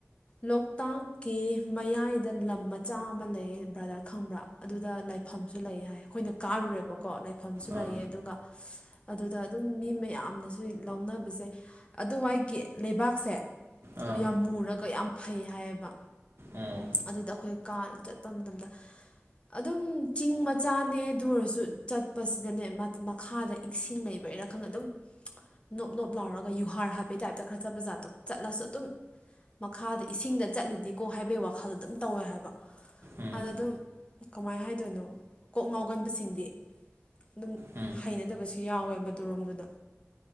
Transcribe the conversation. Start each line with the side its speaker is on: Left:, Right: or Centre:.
Left: ꯂꯣꯛꯇꯥꯛꯀꯤ ꯃꯌꯥꯏꯗ ꯂꯝ ꯃꯆꯥ ꯑꯃ ꯂꯩꯌꯦ ꯕ꯭ꯔꯗꯔ ꯈꯪꯕ꯭ꯔꯥ ꯑꯗꯨꯗ ꯂꯥꯏꯐꯝ ꯂꯩ ꯍꯥꯏ ꯑꯩꯈꯣꯏꯅ ꯀꯥꯔꯨꯔꯦꯕꯀꯣ ꯂꯩꯐꯝꯁꯨ
Right: ꯑꯥ
Left: ꯂꯩꯌꯦ ꯑꯗꯨꯒ ꯑꯗꯨꯗ ꯑꯗꯨꯝ ꯃꯤ ꯃꯌꯥꯝꯅꯁꯨ ꯂꯧꯅꯕꯁꯦ ꯑꯗꯨꯋꯥꯏꯒꯤ ꯂꯩꯕꯥꯛꯁꯦ
Right: ꯑꯥ
Left: ꯌꯥꯝ ꯃꯨꯔꯒ ꯌꯥꯝ ꯐꯩ ꯍꯥꯏꯌꯦꯕ
Right: ꯎꯝ
Left: ꯑꯗꯨꯗ ꯑꯩꯈꯣꯏ ꯀꯥ ꯆꯠꯄ ꯃꯇꯝꯗ ꯑꯗꯨꯝ ꯆꯤꯡ ꯃꯆꯥꯅꯦ ꯑꯗꯨ ꯑꯣꯏꯔꯁꯨ ꯆꯠꯄꯁꯤꯗꯅꯦ ꯃꯈꯥꯗ ꯏꯁꯤꯡ ꯂꯩꯕꯩꯔ ꯈꯪꯗꯦ ꯑꯗꯨꯝ ꯅꯣꯞ ꯅꯣꯞ ꯂꯥꯎꯔꯒ ꯌꯨꯍꯥꯔ ꯍꯥꯕꯩ ꯇꯥꯏꯞꯇ ꯈꯔ ꯆꯠꯄ ꯖꯥꯠꯇꯣ ꯆꯠꯂꯁꯨ ꯑꯗꯨꯝ ꯃꯈꯥꯗ ꯏꯁꯤꯡꯗ ꯆꯠꯂꯤꯅꯤꯀꯣ ꯍꯥꯏꯕꯒꯤ ꯋꯥꯈꯜꯗ ꯑꯗꯨꯝ ꯇꯧꯋꯦ ꯍꯥꯏꯕ
Right: ꯎꯝ
Left: ꯑꯗ ꯑꯗꯨꯝ ꯀꯃꯥꯏ ꯍꯥꯏꯗꯣꯏꯅꯣ ꯀꯣꯛ ꯉꯥꯎꯒꯟꯕꯁꯤꯡꯗꯤ ꯑꯗꯨꯝ
Right: ꯎꯝ
Left: ꯍꯩꯅꯗꯕꯁꯨ ꯌꯥꯎꯋꯦꯕ ꯗꯣꯔꯣꯝꯗꯨꯗ